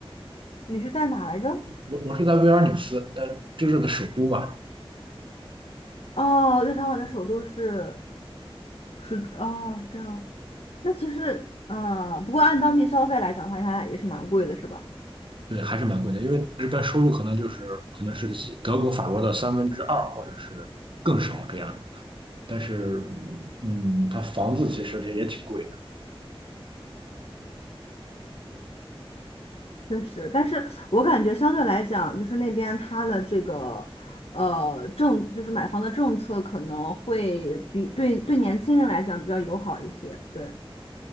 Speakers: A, on the left; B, on the right.
A: 你是在哪来着？
B: 我我是在维尔纽斯，但就是的首都嘛，
A: 哦，立陶宛的首都是是哦，是这样。那其实呃，不过按当地消费来讲的话，应该也是蛮贵的，是吧？
B: 对，还是蛮贵的，因为这边收入可能就是可能是德国、法国的三分之二或者是更少这样的。但是，嗯，它房子其实也也挺贵。
A: 确实，但是我感觉相对来讲，就是那边它的这个呃政，就是买房的政策可能会比对对年轻人来讲比较友好一些。对